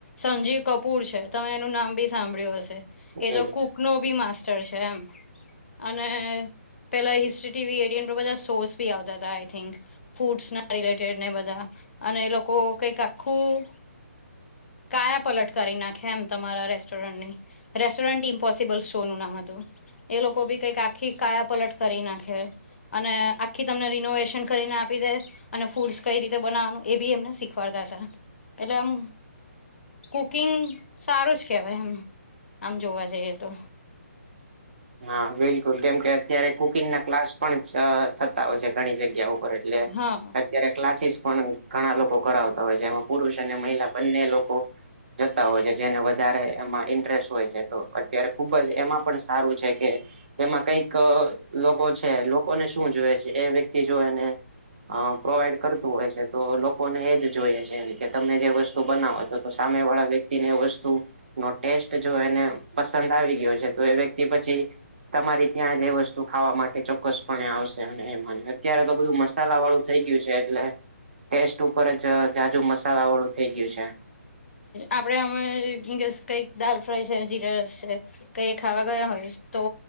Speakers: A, on the left; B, on the right.
A: સંજીવ કપૂર છે તમે એનું નામ બી સાંભળ્યું હશે. એ
B: જી
A: તો કુકનો બી માસ્ટર છે એમ અને પેલા હિસ્ટ્રી ટીવી એરયન પર બધા શોઝ બી આવતા તા આઈ થિંક ફૂડ્સના રિલેટેડને બધા અને એ લોકો કઈક આખું કાયા પલટ કરી નાંખે એમ તમારા રેસ્ટોરન્ટની રેસ્ટોરન્ટ ઇમ્પોસિબલ શોનું નામ હતું. એ લોકો બી કંઈક આખી કાયા પલટ કરી નાખે. અને આખી તમને રિનોવેશન કરીને આપી દે અને ફૂડ્સ કઈ રીતે બનાવવાનું એ બી એમને શીખવાડતા તા એટલે આમ કુકિંગ સારું જ કેહવાય એમ આમ જોવા જઈએ તો
B: હા બિલકુલ કેમ કે અત્યારે કુકિંગના ક્લાસ પણ થતા હોય છે ઘણી જગ્યાઓ પર એટલે
A: હા
B: અત્યારે ક્લાસીસ પણ ઘણા લોકો કરાવતા હોય છે એમાં પુરુષ અને મહિલા બંને લોકો જતા હોય છે જેને વધારે એમાં ઇન્ટરેસ્ટ હોય છે તો અત્યારે ખુબ જ એમાં પણ સારું છે કે એમાં કંઈક લોકો છે લોકોને શું જુવે છે એ વ્યક્તિ જોવે ને અ પ્રોવાઈડ કરતું હોય છે તો લોકોને એ જ જોઈએ છે કે તમે જે વસ્તુ બનાવો છો તો સામે વાળા વ્યક્તિને એ વસ્તુનો ટેસ્ટ જો એને પસંદ આવી ગયો છે તો એ વ્ય ક્તિ પછી તમારી ત્યાં જ એ વસ્તુ ખાવા માટે ચોક્કસપણે આવશે અને એ મને ત્યારે તો બધું મસાલા વાળું થઈ ગયું છે એટલે ટેસ્ટ ઉપર જ જાઝુ મસાલા વાળું થઈ ગયું છે.
A: આપડે અમણે <unintelligible> કંઈક દાલ ફ્રાય છે જીરા રાઈસ છે. કકઈ ખાવા ગયા હોય તો